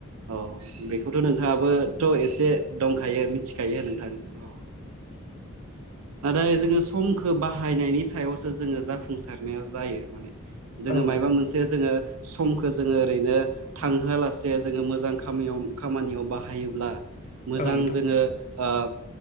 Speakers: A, on the right (about 85°); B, on the left (about 35°).
A: औ बेखौथ' नोंथाङाबो थ' एसे दंखायो मिथिखायो नोंथां औ नाथाय जोङो समखौ बाहायनायनि सायावसो जोङो जाफुंसारनाया जायो माने जोङो
B: औ नोंथां
A: माबा मोनसे जोङो समखौ जोङो ओरैनो थांहोआलासे जोङो मोजां खामयाव खामानियाव बाहायोब्ला मोजां
B: औ नोंथां
A: जोङो ओ